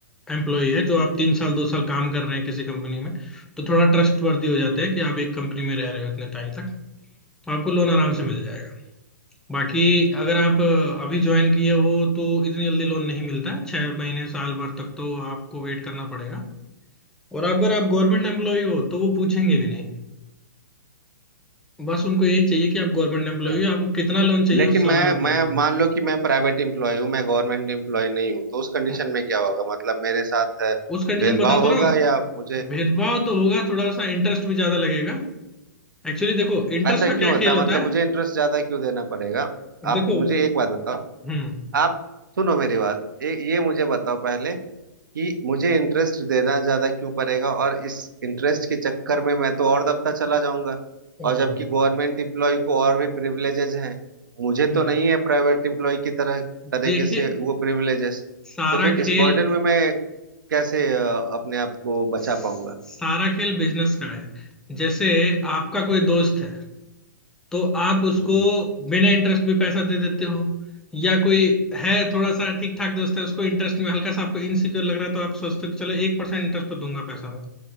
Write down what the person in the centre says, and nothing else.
एम्प्लॉय है जो आप तीन साल दो साल काम कर रहे हैं किसी कंपनी में तो थोड़ा ट्रस्ट वर्दी हो जाते हैं कि आप एक कंपनी में रह रहे हो इतने टाइम तक तो आपको लोन आराम
से मिल जाएगा बाकी अगर आप अ, अभी ज्वाइन किए हो तो इतनी जल्दी लोन नहीं मिलता है छह महीने साल भर तक तो आपको वेट करना पड़ेगा और अगर आप गवर्नमेंट एम्प्लॉय हो तो वो पूछेंगे भी नहीं बस उनको यही चाहिए कि आप गवर्नमेंट एम्प्लॉय
हो आपको कितना लोन चाहिए
वो सारा
लोन
दे देंगे
हाँ।
उस कंडीशन
बता तो रहा
हूँ
भेदभाव तो होगा थोड़ा सा इंटरेस्ट भी ज्यादा लगेगा एक्चुअली देखो इंटरेस्ट
का
क्या
खेल
होता
है
देखो
हम्म
हम्म,
हम्म,
देखिए
सारा
खेल
सारा
खेल बिजनेस का है जैसे आपका कोई दोस्त है तो आप उसको
बिना इंटरेस्ट भी पैसा दे देते हो या कोई है थोड़ा सा ठीक ठाक दोस्त है उसको इंटरेस्ट में हल्का सा आपको इनसिक्योर लग रहा है तो आप सोचते हो कि चलो एक परसेंट इंटरेस्ट पर दूंगा पैसा मैं